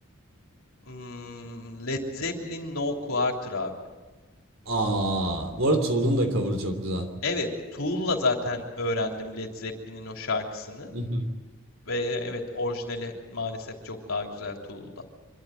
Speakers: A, on the left (about 75°); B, on the right (about 65°).
A: hmm, Led Zeppelin No Quarter abi.
B: Aa, bu arada Tool'un da cover'ı çok güzel.
A: Evet, Tool'la zaten öğrendim Led Zeppelin'in o şarkısını
B: <laughs>
A: ve evet orijinali maalesef çok daha güzel Tool'dan.